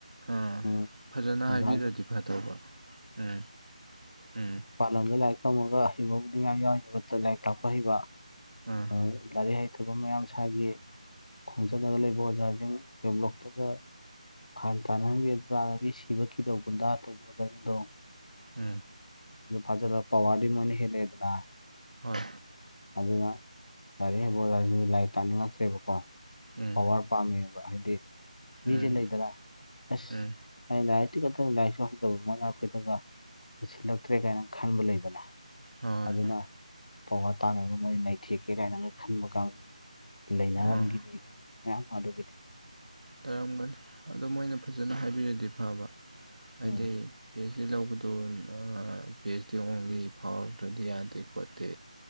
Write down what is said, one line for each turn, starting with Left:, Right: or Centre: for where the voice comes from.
Right: ꯑꯥ
Left: ꯎꯝ
Right: ꯐꯖꯅ
Left: ꯑꯣꯖꯥꯁꯤꯡ
Right: ꯍꯥꯏꯕꯤꯔꯗꯤ ꯐꯗꯧꯕ ꯎꯝ ꯎꯝ
Left: ꯄꯥ ꯂꯝꯗ ꯂꯥꯏꯔꯤꯛ ꯇꯝꯃꯒ ꯍꯩꯕꯕꯨꯗꯤ ꯃꯌꯥꯝ ꯌꯥꯎꯏ ꯂꯥꯏꯔꯤꯛ ꯇꯥꯛꯄ ꯍꯩꯕ
Right: ꯑꯥ
Left: ꯂꯥꯔꯤꯛ ꯂꯥꯏꯔꯤꯛ ꯍꯩꯇꯕ ꯃꯌꯥꯝ ꯁꯥꯏꯒꯤ ꯈꯣꯡꯖꯜꯂꯒ ꯂꯩꯕ ꯑꯣꯖꯥꯖꯤꯡ ꯌꯥꯎꯕꯗꯣ ꯀꯗꯥꯏ ꯈꯥꯏꯟ ꯇꯥꯅꯍꯟꯕꯤ ꯑꯗꯨ ꯇꯥꯅꯕꯤ ꯁꯤꯕ ꯀꯤꯗꯧ ꯒꯨꯟꯗꯥ ꯇꯧꯕ ꯇꯥꯔꯤꯗꯣ
Right: ꯑꯥ
Left: ꯑꯗꯨ ꯐꯖꯜꯂ ꯄꯋꯥꯔꯗꯤ ꯃꯣꯏꯅꯥ ꯍꯦꯂꯦꯗꯅ
Right: ꯍꯣꯏ
Left: ꯑꯗꯨꯅ ꯂꯥꯔꯤꯛ ꯍꯩꯕ ꯑꯣꯖꯥꯁꯨ ꯂꯥꯏꯔꯤꯛ ꯇꯥꯛꯅꯤꯡꯉꯛꯇ꯭ꯔꯦꯕꯀꯣ
Right: ꯎꯝ
Left: ꯄꯋꯥꯔ ꯄꯥꯝꯃꯦꯕ ꯍꯥꯏꯗꯤ ꯃꯤꯖꯦ
Right: ꯎꯝ
Left: ꯂꯩꯗꯅ ꯑꯁ
Right: ꯎꯝ
Left: ꯑꯩꯅ ꯂꯥꯏꯔꯤꯛꯇꯤ ꯈꯛꯇ ꯂꯥꯏꯔꯤꯛꯁꯨ ꯍꯩꯇꯕ ꯃꯣꯏꯅ ꯑꯩꯈꯣꯏꯗꯒ ꯄꯨꯁꯤꯜꯂꯛꯇ꯭ꯔꯦ ꯀꯥꯏꯅ ꯈꯟꯕ ꯂꯩꯗꯅ
Right: ꯍꯣꯏ
Left: ꯑꯗꯨꯅ ꯄꯋꯥꯔ ꯇꯥꯡꯉꯒ ꯃꯣꯏ ꯅꯩꯊꯦꯛꯀꯦ ꯀꯥꯏꯅꯒ ꯈꯟꯕ ꯀꯥꯡꯕꯨ ꯂꯩꯅꯔꯝꯒꯤꯅꯤꯕ
Right: ꯑꯣ
Left: ꯃꯌꯥꯝ ꯑꯗꯨꯒꯤꯗꯤ
Right: ꯇꯥꯔꯝꯒꯅꯤ ꯑꯗꯣ ꯃꯣꯏꯅ ꯐꯖꯅ ꯍꯥꯏꯕꯤꯔꯗꯤ ꯐꯕ ꯍꯥꯏꯗꯤ
Left: ꯎꯝ
Right: ꯄꯤ ꯑꯩꯆ ꯗꯤ ꯂꯧꯕꯗꯨ ꯑ ꯄꯤ ꯑꯩꯆ ꯗꯤ ꯑꯣꯡꯂꯤ ꯐꯥꯎꯔꯛꯇ꯭ꯔꯗꯤ ꯌꯥꯗꯦ ꯈꯣꯠꯇꯦ